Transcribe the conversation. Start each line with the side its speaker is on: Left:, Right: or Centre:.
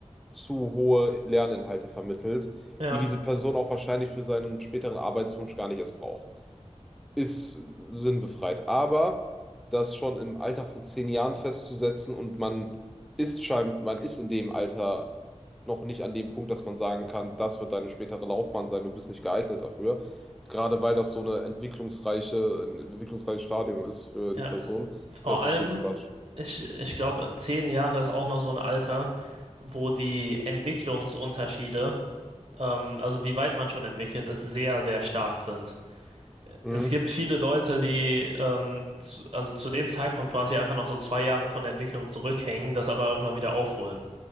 Centre: zu hohe Lerninhalte vermittelt,
Right: Ja.
Centre: die diese Person auch wahrscheinlich für seinen späteren Arbeitswunsch gar nicht erst braucht. Ist äh, sinnbefreit. Aber das schon im Alter von zehn Jahren festzusetzen und man ist schein, man ist in dem Alter noch nicht an dem Punkt, dass man sagen kann, das wird deine spätere Laufbahn sein, du bist nicht geeignet dafür. Gerade weil das so eine entwicklungsreiche, ein entwicklungsreiches Stadium ist für
Right: Ja,
Centre: die Person,
Right: vor
Centre: das
Right: allem,
Centre: ist natürlich Quatsch.
Right: ich, ich glaube, zehn Jahre ist auch noch so ein Alter, wo die Entwicklungsunterschiede, ähm, also wie weit man schon entwickelt ist, sehr, sehr stark sind.
Centre: Mhm.
Right: Es gibt viele Leute, die ähm, zu, also zu dem Zeitpunkt quasi einfach noch so zwei Jahre von der Entwicklung zurückhängen, das aber irgendwann wieder aufholen.